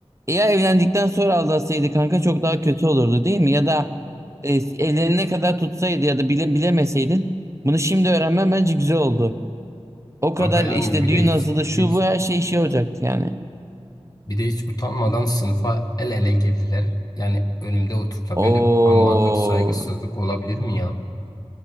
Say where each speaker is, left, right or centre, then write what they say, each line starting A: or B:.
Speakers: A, on the right; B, on the left.
A: Eğer evlendikten sonra aldatsaydı kanka çok daha kötü olurdu değil mi? Ya da e, ellerine kadar tutsaydı ya da bile bilemeseydin bunu şimdi öğrenmen bence güzel oldu. O kadar
B: Kanka yani
A: işte
B: bir
A: düğün
B: de hiç
A: hazırlığı şu
B: hiç
A: bu her şey şey olacaktı yani.
B: bir de hiç utanmadan sınıfa el ele girdiler. Yani önümde oturtla
A: O
B: böyle utanmazlık, saygısızlık olabilir mi ya?